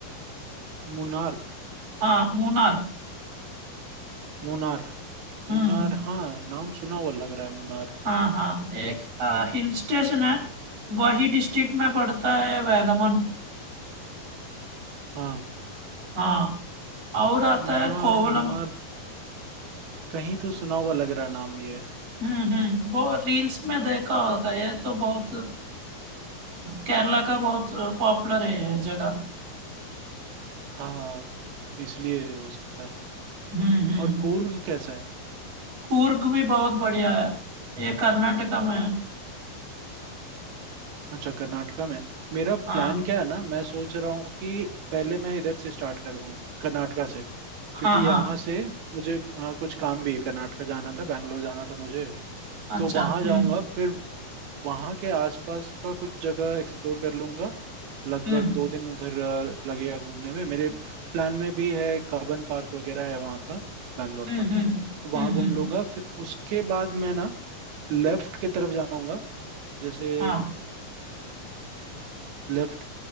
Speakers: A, on the right (about 85°); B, on the right (about 60°).
A: मुनार्क
B: हाँ मुनार
A: मुनार
B: हम्म
A: मुनार हाँ नाम सुना हुआ लग रहा है मुनार
B: हाँ हाँ एक हिल स्टेशन है वही डिस्ट्रिक्ट में पड़ता है वैगमन
A: हाँ
B: हाँ और आता
A: मुन्नार
B: है कोवलम
A: मुन्नार कहीं तो सुना हुआ लग रहा नाम ये
B: हम्म हम्म वो रील्स में देखा होगा ये तो बहुत अ, केरला का बहुत पॉपुलर है ये जगह
A: हाँ इसलिए हो सकता है
B: हम्म हम्म
A: और कूर्ग कैसा है
B: कूर्ग भी बहुत बढ़िया है ये कर्नाटका में है
A: अच्छा कर्नाटका में मेरा प्लान
B: हाँ
A: क्या है ना मैं सोच रहा हूँ कि पहले मैं इधर से स्टार्ट करूँ कर्नाटका से क्योंकि
B: हाँ हाँ
A: यहाँ से मुझे आ, कुछ काम भी है कर्नाटका जाना था बैंगलोर जाना था मुझे
B: अच्छा
A: तो वहां
B: हम्म
A: जाऊंगा फिर वहाँ के आसपास का कुछ जगह एक्सप्लोर कर लूंगा लगभग
B: हम्म
A: दो दिन उधर अ, लगेगा घूमने में मेरे प्लान में भी है कबन पार्क वगैरह है वहाँ का बैंगलोर
B: हम्म
A: का
B: हम्म
A: तो वहाँ
B: हम्म
A: घूम
B: हम्म,
A: लूंगा फिर उसके बाद मैं ना लेफ्ट की तरफ जाऊंगा जैसे
B: हाँ
A: लेफ्ट